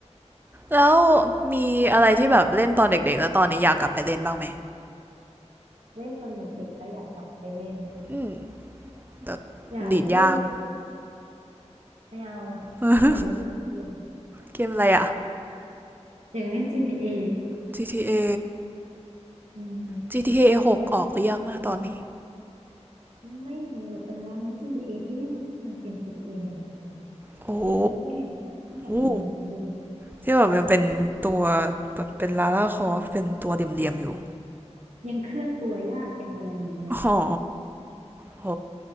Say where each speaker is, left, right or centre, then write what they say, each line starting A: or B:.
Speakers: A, on the right (about 15°); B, on the right (about 80°).
A: แล้วมีอะไรที่แบบเล่นตอนเด็กๆแล้วตอนนี้อยากกลับไปเล่นบ้างไหม
B: เล่นตอนเด็กๆแล้วอยากกลับไปเล่น
A: อืมแต่
B: อยากเล่น
A: ดีดยาง
B: ไม่เอา
A: <laughs>
B: อยากเล่นเกม
A: เกมอะไรอ่ะ
B: อยากเล่น GTA อ
A: GTA
B: อืม
A: GTA 6อจีทีเอหกออกหรือยังนะตอนนี้
B: ไม่รู้แตตอนนั้น GTA ทีเอที่เล่นมันเป็น GTA หนึ่งแต่ว่า
A: โอ้โห
B: แรกๆเลยอะที่แบบมันแบบดูแบบ
A: อู้ที่แบบมันเป็นตัวแบบเป็นลาล่าคอฟเป็นตัวเดี่ยมๆอยู่
B: ยังเคลื่อนตัวยากยังอะไรอยู่เลยอ่ะ
A: อ๋อโห